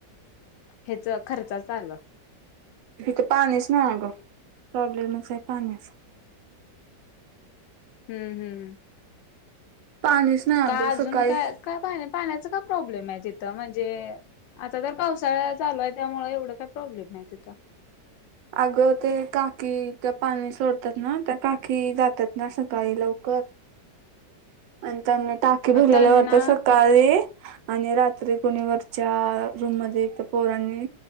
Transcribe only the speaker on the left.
हेच खर्चाच आल.
हम्म हम्म.
का
अजून
काय काय पानी -पाण्याचा का प्रॉब्लेमे तिथं महजे आता तर पावसाळाचालू आहे त्यामुळे एवढं काही प्रॉब्लेम नाही तिथं.
मग त्यांना